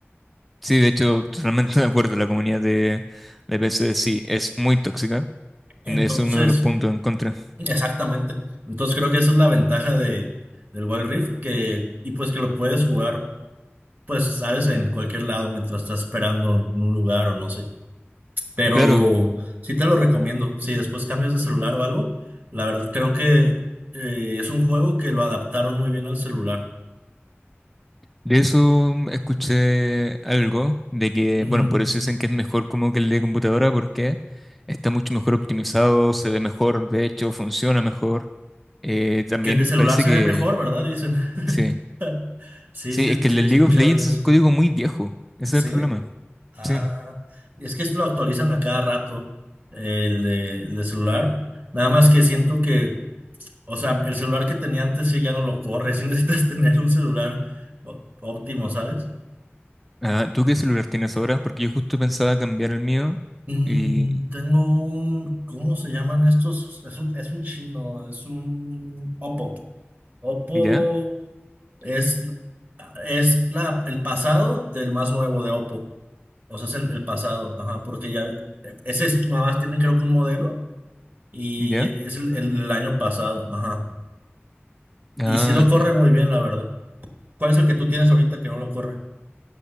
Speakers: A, in the centre; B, on the right (about 45°).
A: sí, de hecho, totalmente de acuerdo. La comunidad de, de PC sí es muy tóxica.
B: Entonces,
A: Es uno de los puntos en contra.
B: exactamente. Entonces creo que esa es la ventaja de, del Wild Rift, que, y pues que lo puedes jugar Pues, sabes, en cualquier lado mientras estás esperando en un lugar o no sé. Pero
A: Claro,
B: sí te lo recomiendo. Si después cambias de celular o algo, la verdad creo que eh, es un juego que lo adaptaron muy bien al celular.
A: de eso escuché algo de que,
B: Ujú.
A: bueno, por eso dicen que es mejor como que el de computadora porque está mucho mejor optimizado, se ve mejor, de hecho, funciona mejor. Eh, también
B: Que el de celular
A: parece
B: se
A: que...
B: ve mejor, ¿verdad? Dicen. <laughs>
A: Sí.
B: Sí,
A: Sí,
B: sí,
A: es que
B: sí
A: el League
B: he escuchado
A: of Legends
B: eso.
A: es un código muy viejo. Ese
B: ¿Sí?
A: es el problema.
B: Ah,
A: Sí.
B: es que esto lo actualizan a cada rato, el de, el de celular. Nada más que siento que O sea, el celular que tenía antes sí ya no lo corre. Sí necesitas <laughs> tener un celular ó- óptimo, ¿sabes?
A: Ah, ¿tú qué celular tienes ahora? Porque yo justo pensaba cambiar el mío
B: Mm,
A: y...
B: tengo un, ¿cómo se llaman estos? Es un, es un chino, es un Oppo. Oppo
A: ¿Ya?
B: es, es la, el pasado del más nuevo de Oppo. O sea, es el, el pasado, ajá, porque ya, e, ese es, nada más tienen creo que un modelo y
A: ¿Ya?
B: es el, el- el año pasado, ajá.
A: Ah,
B: Y sí lo corre
A: ya.
B: muy bien, la verdad. ¿Cuál es el que tú tienes ahorita que no lo corre?